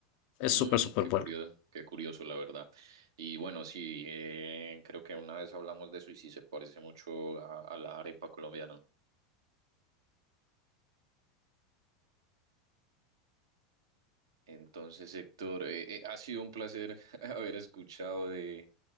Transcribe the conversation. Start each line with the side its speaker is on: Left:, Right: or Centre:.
Left: Es
Right: Mm,
Left: súper, súper
Right: qué
Left: bueno.
Right: curioso, qué curioso, la verdad. Y bueno, sí, eh, creo que una vez hablamos de eso y sí se parece mucho a, a la arepa colombiana. Entonces, Héctor, eh, eh, ha sido un placer <laughs> haber escuchado de,